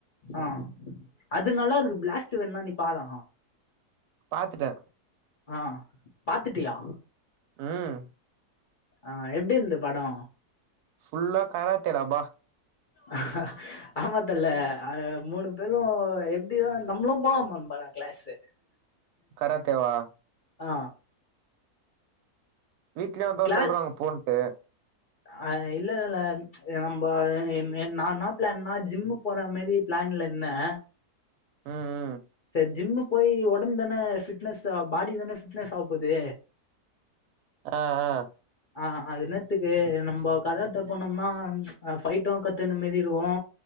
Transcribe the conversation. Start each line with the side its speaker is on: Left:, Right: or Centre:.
Left: ஆ அது நல்லாருக்கு பிளாஸ்ட்டு வேண நீ பாரா
Right: பாத்துட்ட
Left: ஆ பாத்துட்டியா
Right: ம்
Left: ஆ எப்டி இருந்தது படோ
Right: ஃபுல்லா காராத்தேடா பா
Left: ஆ ஆ ஆமா தல்ல அ மூணு பேரு எப்டிதா நம்முளு போலாமான் பாரே கிளாஸு ஆ
Right: கராத்தே வா
Left: ஆ
Right: வீட்லயே அதா
Left: கிளாஸ்
Right: சொல்றாங்க போன்ட்டு
Left: அ இல்ல தல நம்ப என் என் நா நா என்னா பிளான்னா ஜிம்மு போற மேரி பிளான்ல இந்தே
Right: ம் ம்
Left: ஜிம்மு போய் ஒடம்பென்ன ஃபிட்னஸ் ஆ பாடி தான ஃபிட்னஸ் ஆவ போது
Right: ஆ ஆ
Left: ஆ அதென்னத்துக்கு நம்போ கராத்தே போனம்னா அ ஃபைட்டு கத்துகுன மாரி இருக்கு